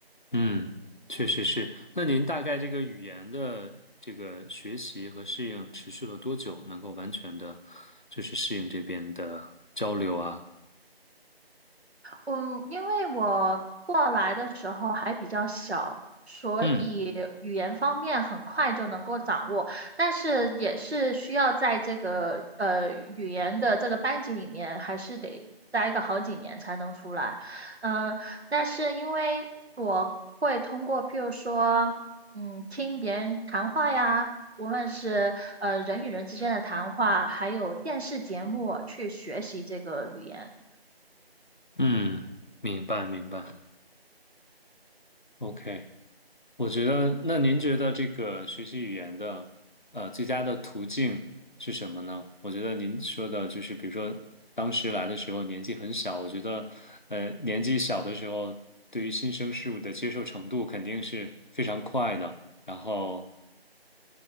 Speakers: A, on the left; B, on the right.
A: 嗯，确实是。那您大概这个语言的这个学习和适应持续了多久，能够完全的，就是适应这边的交流啊？
B: 嗯，因为我过来的时候还比较小，所以语言方面很快就能够掌握，
A: 嗯
B: 但是也是需要在这个呃语言的这个班级里面，还是得待个好几年才能出来。嗯，但是因为我会通过，譬如说，嗯，听别人谈话呀。无论是呃人与人之间的谈话，还有电视节目，去学习这个语言。
A: 嗯，明白明白。OK。我觉得，那您觉得这个学习语言的，呃，最佳的途径是什么呢？我觉得您说的就是，比如说当时来的时候年纪很小，我觉得，呃，年纪小的时候，对于新生事物的接受程度肯定是非常快的，然后